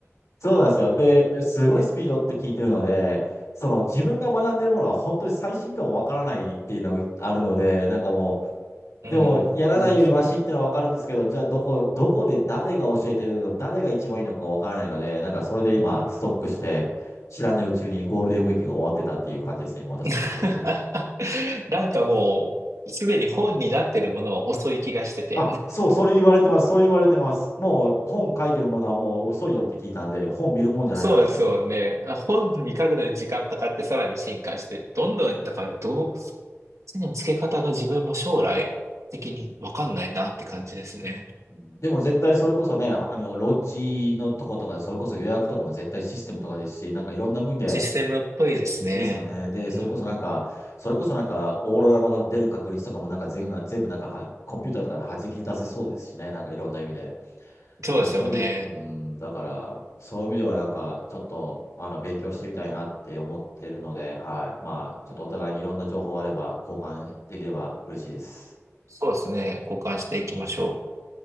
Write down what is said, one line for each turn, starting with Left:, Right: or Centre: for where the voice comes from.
Left: そうなんですよ。で、すごいスピードって聞いてるので、その自分が学んでるものが本当に最新かもわからないっていうのがあるので、なんかも
Right: う
Left: う、でも、やらないよりマシってのはわかるんですけど、
Right: ん。
Left: じゃあ、どこ、どこで誰が教えてるの、誰が一番いいのかわからないので、なんかそれで今、ストックして、知らないうちにゴールデンウィークが終わってたっていう感じですね、今私の状況。
Right: <laughs> なんかもう、すでに本になってるものは遅い気がしてて。
Left: あ、そう、それ言われてます、それ言われてます。もう、本書いてるものはもう遅いよって聞いたんで、本見るもんじゃないなと思って。
Right: そうですよね。あ本に書くのに時間かかってさらに進化して、どんどん、だからどう、手の付け方が自分も将来的にわかんないなって感じですね。
Left: でも絶対それこそね、あの、ロッジのとことか、それこそ予約とかも絶対システムとかですし、なんかいろんな分で、
Right: システムっぽいですね。
Left: ですよね。で、
Right: うん。
Left: それこそなんか、それこそなんか、オーロラのが出る確率とかもなんか全が、全部なんかは、コンピューターとかで弾き出せそうですしね。なんかいろんな意味で。だか
Right: そうですよね。
Left: らそういう意味で、うん、だから、そういう意味ではなんか、ちょっと、あの、勉強してみたいなって思ってるので、はい。まあ、ちょっとお互いにいろんな情報あれば、交換できれば嬉しいです。
Right: そうですね。交換していきましょう。